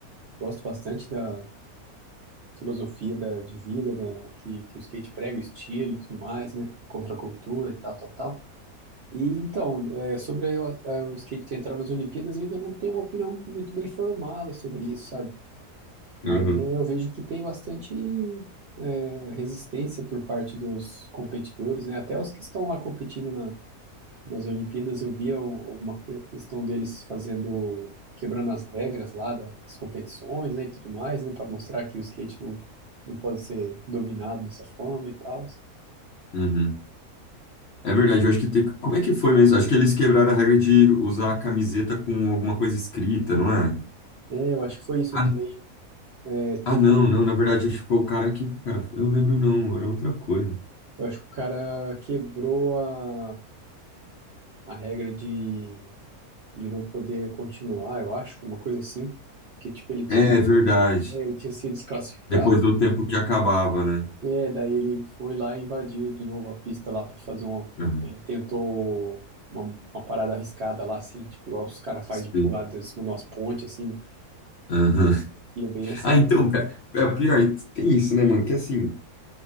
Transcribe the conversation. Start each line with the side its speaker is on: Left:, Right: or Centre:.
Right: Gosto bastante da filosofia da, de vida, da, que, que o skate prega, o estilo e tudo mais, né? Contra a cultura e tal, tal, tal. E então, é, sobre a- a- o skate ter entrado nas Olimpíadas, eu ainda não tenho uma opinião muito bem formada sobre isso, sabe? Mas
Left: Uhum,
Right: é, eu vejo que tem bastante é, resistência por parte dos competidores, né? Até os que estão lá competindo nas Olimpíadas eu via o- alguma que- questão deles fazendo, quebrando as regras lá da- das competições, né, e tudo mais, né, para mostrar que o skate não, não pode ser dominado dessa forma e tal.
Left: uhum. É verdade, eu acho que tem... que- Como é que foi mesmo? Acho que eles quebraram a regra de usar a camiseta com alguma coisa escrita, não é?
Right: É, eu acho que foi isso
Left: Ah,
Right: também. É, teve
Left: ah, não,
Right: um,
Left: não, na verdade, acho que ficou o cara aqui, o cara... Eu não lembro não, era outra coisa.
Right: eu acho que o cara quebrou a, a regra de, de não poder continuar, eu acho, uma coisa assim, que tipo ele tinha,
Left: É verdade.
Right: é, ele tinha sido desclassificado.
Left: Depois do tempo que acabava, né?
Right: É, daí ele foi lá e invadiu de novo a pista lá pra fazer um.
Left: Uhum,
Right: Ele tentou uma, uma parada arriscada lá, assim, tipo, igual os caras fazem
Left: Sim.
Right: de pular de cima de umas pontes, assim.
Left: Aham.
Right: E é bem essa.
Left: Ah, então, cara, é pior, tem isso, né, mano? Que assim,